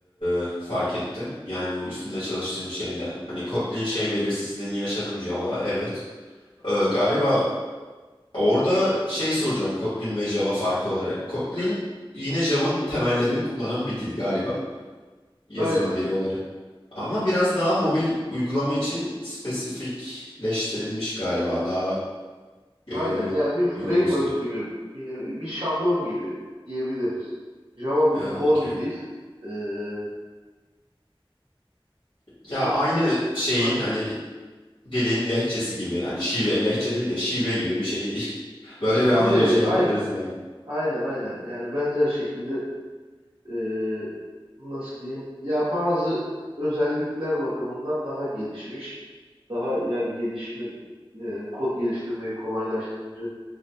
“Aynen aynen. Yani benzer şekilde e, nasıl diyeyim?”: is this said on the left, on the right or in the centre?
Right